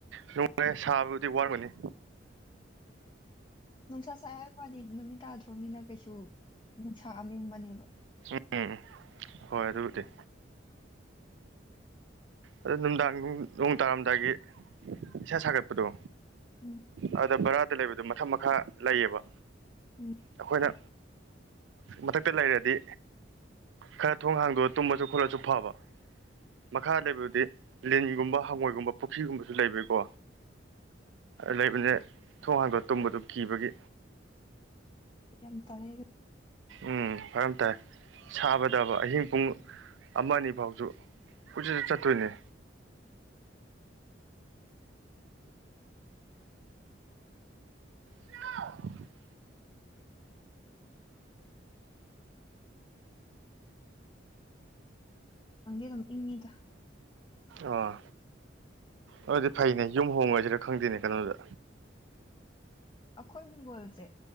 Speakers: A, on the right (about 75°); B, on the left (about 25°).
A: <unintelligible> ꯁꯥꯕꯕꯨꯗꯤ ꯋꯥꯔꯒꯅꯤ
B: ꯅꯨꯡꯁꯥ ꯁꯥꯏ ꯍꯥꯏꯕꯩꯋꯥꯅꯤ ꯅꯨꯃꯤꯠ ꯇꯥꯗ꯭ꯔꯣꯝꯅꯤꯅ ꯀꯩꯁꯨ ꯅꯨꯡꯁꯥ ꯑꯃꯦꯡꯕꯅꯦꯕ
A: <unintelligible> ꯍꯣꯏ ꯑꯗꯨꯕꯨꯗꯤ ꯑꯗꯣ ꯅꯨꯡꯗꯥꯡ ꯅꯣꯡ ꯇꯥꯔꯝꯗꯥꯏꯒꯤ ꯏꯁꯥ ꯁꯥꯒꯠꯄꯗꯣ
B: ꯎꯝ
A: ꯑꯗꯨꯗ ꯕꯔꯥꯗ ꯂꯩꯕꯗꯣ ꯃꯊꯛ ꯃꯈꯥ ꯂꯩꯌꯦꯕ
B: ꯎꯝ
A: ꯑꯩꯈꯣꯏꯅ ꯃꯊꯛꯇ ꯂꯩꯔꯗꯤ ꯈꯔ ꯊꯣꯡ ꯍꯥꯡꯗꯣꯛꯑ ꯇꯨꯝꯃꯁꯨ ꯈꯣꯠꯂꯁꯨ ꯐꯕ ꯃꯈꯥ ꯂꯩꯕ ꯗꯤ ꯂꯤꯟꯒꯨꯝꯕ ꯍꯪꯉꯣꯏꯒꯨꯝꯕ ꯄꯨꯈ꯭ꯔꯤꯒꯨꯝꯕꯁꯨ ꯂꯩꯕꯩꯀꯣ ꯂꯩꯕꯅꯤꯅ ꯊꯣꯡ ꯍꯥꯡꯗꯣ ꯇꯨꯝꯕꯗꯨ ꯀꯤꯕꯒꯤ
B: ꯌꯥꯝ ꯇꯜꯂꯦ
A: ꯎꯝ ꯐꯔꯝ ꯇꯥꯏ ꯁꯥꯕꯗꯕ ꯑꯍꯤꯡ ꯄꯨꯡ ꯑꯃꯅꯤ ꯐꯥꯎꯁꯨ ꯀꯣꯏꯠ ꯆꯠꯇꯣꯏꯅꯦ <unintelligible>
B: ꯗꯥꯡꯗꯤ ꯑꯗꯨꯝ ꯏꯪꯉꯤꯗ
A: ꯑꯣꯥ ꯑꯗꯨꯗꯤ ꯐꯩꯅꯦ ꯌꯨꯝ ꯍꯣꯡꯉꯁꯤꯔ ꯈꯪꯗꯦꯅꯦ ꯀꯩꯅꯣꯗꯨꯗ
B: ꯑꯩꯈꯣꯏ ꯍꯤꯡꯒꯣꯜꯁꯦ